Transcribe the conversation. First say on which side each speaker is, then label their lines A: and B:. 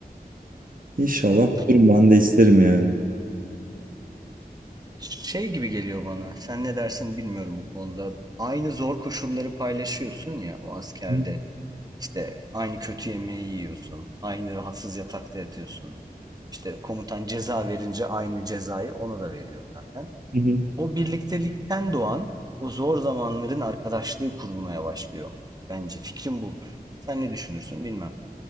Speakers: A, on the right; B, on the right.
A: İnşallah
B: Hımm.
A: bulurum ben de isterim yani.
B: Şey gibi geliyor bana, sen ne dersin bilmiyorum bu konuda. Aynı zor koşulları paylaşıyorsun ya o askerde.
A: Hı
B: İşte aynı kötü yemeği yiyorsun, aynı rahatsız yatakta yatıyorsun. İşte komutan ceza verince aynı cezayı ona da veriyor zaten.
A: hı.
B: O birliktelikten doğan, o zor zamanların arkadaşlığı kurulmaya başlıyor. Bence fikrim bu. Sen ne düşünürsün bilmem.